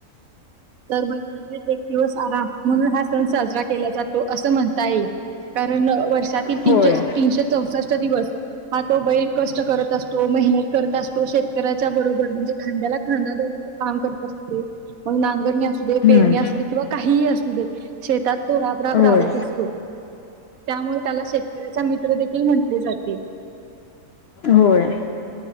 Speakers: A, on the right; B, on the left.
A: तर महिला एक दिवस आराम म्हणून हा सण साजरा केला जातो असं म्हणता येईल कारण वर्षातील तीशे
B: होय
A: तीनशे चौसष्ट दिवस हा तो बैल कष्ट करत असतो, मेहनत करत असतो, शेतकऱ्याच्या बरोबर- म्हणजे खांद्याला खांदा काम करत असतो नांगर णी असू दे
B: हम्म
A: पेरणी असू दे किंवा काही असू दे शेतात तो राग राग
B: होय
A: राबत असतो, त्यामुळे त्याला शेतकऱ्याचा मित्र देखील म्हटले जाते.
B: होय